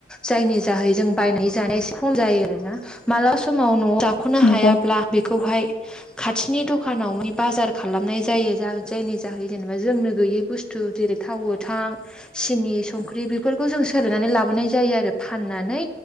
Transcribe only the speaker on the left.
नंगौ
<inaudible> <unintelligible>